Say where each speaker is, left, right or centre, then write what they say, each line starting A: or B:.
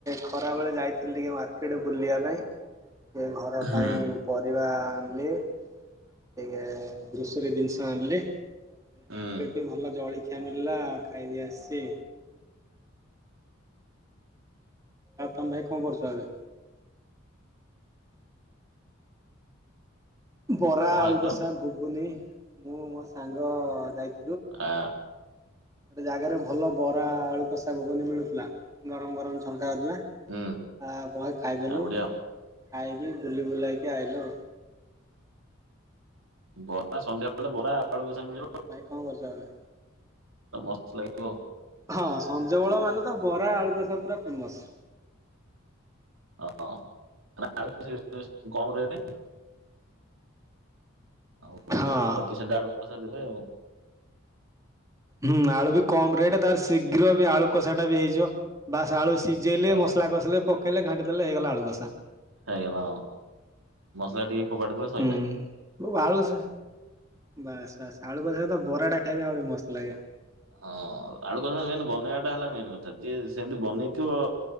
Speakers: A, on the right; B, on the right.
A: ଖରା ବେଳେ ଯାଇଥିଲି ଟିକେ ମାର୍କେଟ୍ ବୁଲିବା ପାଇଁ। ଟିକିଏ ଘର
B: ହୁଁ
A: ପାଇଁ ପରିବା ଆଣିଲି। ଟିକିଏ ଗ୍ରୋସରୀ ଜିନିଷ ଆଣିଲି। ମାର୍କେଟ୍
B: ହୁଁ
A: ଟିକେ ଭଲ ଜଳି <unintelligible> ମିଳିଲା ଖାଇକି ଆସିଚି। ଆଉ ତମେ ଭାଇ କଣ କରୁଛ ଏବେ। ବରା
B: କଣ
A: ଆଳୁକଷା
B: ଖାଇଲ
A: ଘୁଗୁନି। ମୁଁ ମୋ ସାଙ୍ଗ ଯାଇ
B: ଆ।
A: ଗୋଟେ ଜାଗାରେ ଭଲ ବରା ଆଳୁ କଷା ଘୁଗୁନି ମିଳୁଥିଲା ଗରମ ଗରମ ଛ ସରିଲା
B: ହୁଁ
A: ଆ ବହେ ଖାଇଦେଲୁ।
B: ଆଉ ବଢିଆ
A: ଖାଇକି ବୁଲି ବୁଲାକି ଆଇଲୁ।
B: ବରା ସନ୍ଧ୍ୟାବେଳେ ବରା। ଆଳୁ କଷା ମିଳିବ
A: ଭାଇ କଣ କରୁଚ ଏବେ।
B: ତ ମସ୍ତ ଲାଗିବ।
A: ହଁ ସଞ୍ଜ ବେଳ ମାନେ ତ ବରା ଆଳୁକଷା ପୁରା ଫେମସ୍।
B: ହଁ ଆଳୁ କମ୍ ରେଟ୍। ଆଉ
A: ହଁ
B: ସପିସେଣ୍ଟ୍ ଆଳୁ କଷା ଦେବେ ଆଉ
A: ହୁଁ ଆଳୁ ବି କମ ରେଟ୍, ତାର ଶୀଘ୍ର ବି ଆଳୁକଷାଟା ବି ହେଇଯିବ ବାସ ଆଳୁ ସି ସିଝେଇଲେ
B: ହଁ
A: ମସଲା କସିଲେ ପ କହିଲେ ଘାଣ୍ଟି ଦେଲେ ହେଇଗଲା ଆଳୁକଷା।
B: ହେଇଗଲା ମସଲା ଟିକେ। ଫୋପାଡ଼ି ଦେଲେ ସଇଲା।
A: ହୁଁ ଯୋଉ ଆଳୁକଷା। ବାସ ବାସ୍ ଆଳୁକଷା ସହିତ ବରାଟା ଖାଇଲେ ଆହୁରି ମସ୍ତ ଲାଗେ ।
B: ହଁ ଆଳୁକଷା ମେନ୍ ବନେଇବାଟା ହେଲା ମେନ୍ କଥା । ଯିଏ ସେମିତି ବନେଇଥିବ